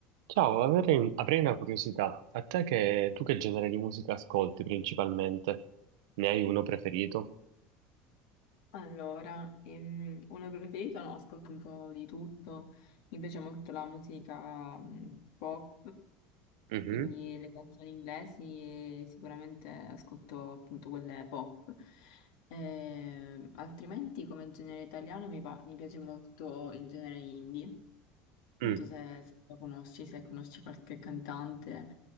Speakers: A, on the right (about 85°); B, on the left (about 75°).
A: Ciao, avrei, avrei una curiosità. A te che, tu che genere di musica ascolti principalmente? Ne hai uno preferito?
B: Allora, ehm, uno preferito? No, ascolto un po' di tutto. Mi piace molto la musica mm, pop,
A: Mhm.
B: quindi le canzoni inglesi e sicuramente ascolto appunto quelle pop. Ehm, altrimenti come genere italiano mi, pa- mi piace molto il genere indie. Non
A: Mm.
B: so se, se lo conosci, se conosci qualche cantante.